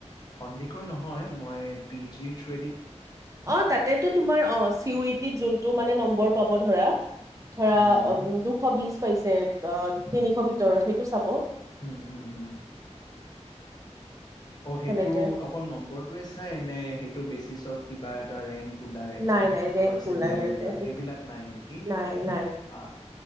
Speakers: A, on the left; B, on the right.
A: সন্দিকৈ নহয় মই পি জি থু।
B: অ তাতেতো তোমাৰ অ চিৱটিত যোনটো তোমাৰ নম্বৰটো। পাব ধৰা। ধৰা
A: হুম
B: অ। দুশ বিশ পাইছে আহ তিনিশ ভিতৰত সেইটো চাব।
A: হুম হুম হুম অ
B: সেনেকে
A: সেইটো অকল নম্বৰটোৱে চাই নে সেইটো বেচিচত কিবা এটা ৰেংক ওলাই
B: নাই নাই ৰেংক
A: পাৰ্চণ্ট
B: নোলাই ইয়াতে
A: ওলাই সেইবিলাক নাই নেকি
B: নাই নাই
A: অ